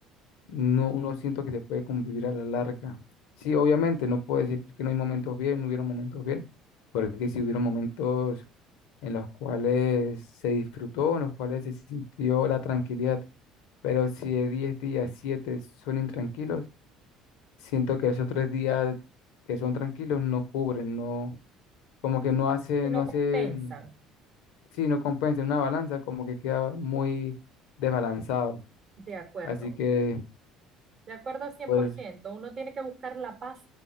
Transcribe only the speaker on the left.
no, no siento que se puede convivir a la larga. Sí, obviamente, no puedo decir que no hay momentos bien, no hubieron momentos bien, porque sí hubieron momentos en los cuales se disfrutó, en los cuales se sintió la tranquilidad, pero si de 10 días, 7 son intranquilos, siento que esos 3 días que son tranquilos no cubren, no, como que no hace,
no hacen,
sí, no compensa, una balanza como que queda muy desbalanzado.
Así que,
pues,